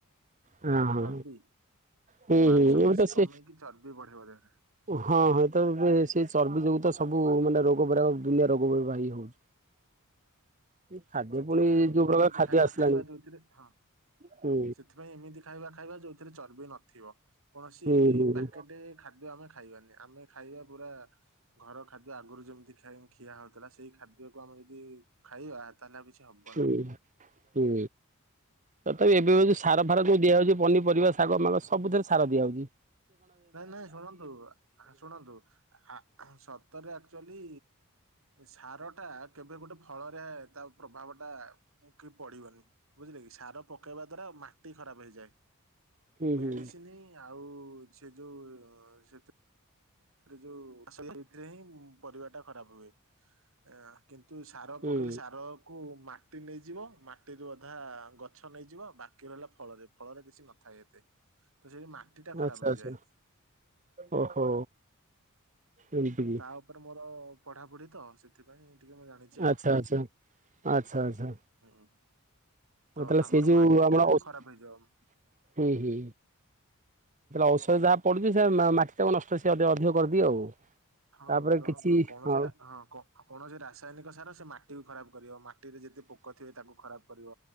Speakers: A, on the right (about 35°); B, on the right (about 65°).
A: ହଁ ହଁ
B: ଚର୍ବି
A: ହୁଁ
B: ମାଂସ
A: ହୁଁ ଏବେ
B: ପେଶୀ
A: ତ ସେ
B: କମେଇକି ଚର୍ବି ବଢେଇବ ଯେମି
A: ହଁ ହଁ ତ ଏ ସେ ଚର୍ବି ଯୋଗୁ ତ ସବୁ ମାନେ ରୋଗ ବୈରାଗ ଦୁନିଆ ରୋଗ ହେ ହଉଛି। ଖାଦ୍ୟ
B: ସେଥିପାଇଁ
A: ପୁଣି
B: ଆମେ
A: ଯୋଉ
B: ଯଦି
A: ପ୍ରକାର
B: ଏମିତି
A: ଖାଦ୍ୟ
B: ଖାଇବା
A: ଆସିଲାଣି
B: ଖାଇବା ଯୋଉଥିରେ ହଁ
A: ହୁଁ
B: ସେଥିପାଇଁ ଏମିତି ଖାଇବା ଖାଇବା ଯଉଥିରେ ଚର୍ବି ନଥିବ। କୌଣସି
A: ହୁଁ ହୁଁ
B: ପ୍ୟାକେଟ ଖାଦ୍ୟ ଆମେ ଖାଇବାନି ଆମେ ଖାଇବା ପୁରା ଘର ଖାଦ୍ୟ ଆଗରୁ ଯେମିତି ଖି ଖିଆ ହଉଥିଲା ସେଇ ଖାଦ୍ୟକୁ ଆମେ ଯଦି ଖାଇବା ତାହେଲେ ଆଉ କିଛି ହବନି
A: ହୁଁ ହୁଁ ତଥାପି ଏବେ ବି ସାର ଫାର ଯୋଉ ଦିଆ ହେଉଛି ପନି ପରିବା ଶାଗ ମାଗ ସବୁଥିରେ ସାର ଦିଆ ହୁଏ।
B: ନାଇଁ ନାଇଁ ଶୁଣନ୍ତୁ ଆ ଶୁଣନ୍ତୁ ଆ ସତରେ ଆକଚୁଆଲି ସାର ଟା କେବେ ଗୋଟେ ଫଳରେ ତା ପ୍ରଭାବ ଟା କି ପଡିବନି। ବୁଝିଲେ କି ସାର ପକେଇବା ଦ୍ଵାରା ମାଟି ଖରାପ ହେଇଯାଏ।
A: ହୁଁ
B: ମେଡିସିନ
A: ହୁଁ
B: ଆଉ ସେ ଯୋଉ ସେ ରେ ଯୋଉ ଏଇଥିରେ ହିଁ ପରିବା ଟା ଖରାପ ହୁଏ ଏ କିନ୍ତୁ ତୁ ସାର
A: ହୁଁ
B: ପକେଇଲେ ସାରକୁ ମାଟି ନେଇଯିବ ମାଟିରୁ ଅଧା ଗଛ ନେଇଯିବ ବାକି ରହିଲା ଫଳରେ ଫଳରେ କିଛି ନଥାଏ ଏତେ। ତ ସେଠି ମାଟି ଟା ଖରାପ
A: ଆଚ୍ଛା
B: ହେଇଯାଏ।
A: ଆଚ୍ଛା ଓହୋ ଏମିତି କି
B: ତା ଉପରେ ମୋର ପଢାପଢି ତ ସେଥିପାଇଁ ଟିକେ ମୁଁ ଜାଣିଛି ଆଉ
A: ଆଚ୍ଛା ଆଚ୍ଛା ଆଚ୍ଛା ଆଚ୍ଛା
B: ହୁଁ। ତ
A: ହଉ ତାହଲେ
B: ଆମର
A: ସେଇ ଯୋଉ
B: ମାଟି
A: ଆମର
B: ଟା
A: ହୁଁ
B: ଖରାପ ହେଇଯିବ।
A: ହୁଁ। ଔଷଧ ଯାହା ପଡୁଛି ସେ ମା ମାଟି ତାକୁ ନଷ୍ଟ ସେ ଅଧିକ କରିଦିଏ ଆଉ।
B: ହଁ
A: ତାପରେ
B: ଯୋଉ
A: କିଛି
B: କୌଣସି
A: ହଉ
B: ହଁ କୌଣସି ରାସାୟନିକ ସାର ସେ ମାଟି ବି ଖରାପ କରିବ ମାଟିରେ ଯେ ଯେତେ ପୋକ ଥିବେ ତାକୁ ଖରାପ କରିବ।